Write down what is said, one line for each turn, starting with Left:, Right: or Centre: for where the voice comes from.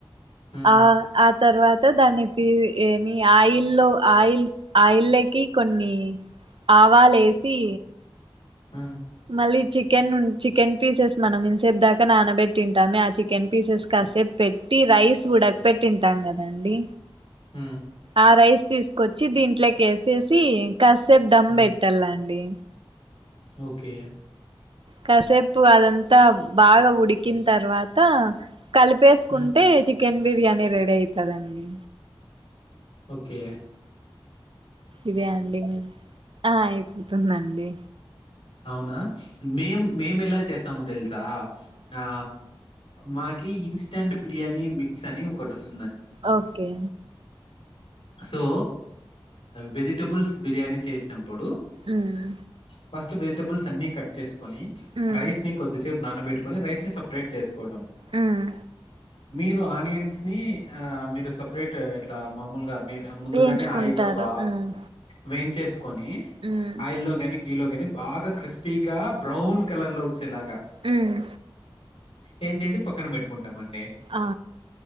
Left: హ్మ్.
Right: ఆ అ తర్వాత దాన్ని ఏమి ఆయిల్లో ఆయిల్ ఆయిల్లేకి కొన్ని ఆవాలేసి
Left: ఉ
Right: మళ్ళీ చికెన్ చికెన్ పీసెస్ మనం ఇన్సేపు దాకా నానబెట్టింటామే ఆ చికెన్ పీసెస్ క కాసేపు పెట్టి రైస్ ఉడక పెట్టింటాం కదండి
Left: <inaudible>
Right: ఆ రైస్ తీసుకొచ్చి దీంట్లోకి ఎసేసి కాసేపు దమ్
Left: హ్మ్.
Right: పెట్టలండి
Left: ఓకే
Right: కాసేపు అదంతా బాగా ఉడికిన తర్వాత కలిపేసుకుంటే
Left: హ్మ్.
Right: చికెన్ బిర్యానీ రెడీ అయితదండి
Left: ఓకే.
Right: ఇదే అండి ఆ ఇ తుందండి
Left: అవునా మేం మేము ఎలా చేసామో తెల్స్ తా ఆ మాకి ఇన్స్టాంట్ బిర్యాని మిక్స్ అని ఒకటి వస్
Right: ఓకే
Left: సో వెజిటబుల్స్ బిర్యానీ చేసినాం ప్పుడు
Right: మ్మ్.
Left: ఫస్ట్ వెజిటబుల్స్ అన్ని కట్ చేసుకొని
Right: మ్మ్.
Left: రైస్ ని కొద్దిసేప్ నానబెట్టుకొని రైసే సపరేట్ చేసుకోవడం
Right: హ్మ్
Left: మీరు ఆనియన్స్ని ఆ మీరు సపరేట్ ఇట్లా మామూలుగా మీ అ ముందుగానే
Right: వేయించుకుంటారు
Left: ఆయిల్లో బా
Right: ఉమ్
Left: వేన్ చేస్కొనీ
Right: ఉమ్
Left: ఆయిల్లో గాని, గీలో గాని బాగా క్రిస్పీగా బ్రౌన్ కలర్లో చ్చే లాగా
Right: ఉమ్
Left: ఏయించేసి పక్కన పెట్టుకుంటామండీ
Right: ఆ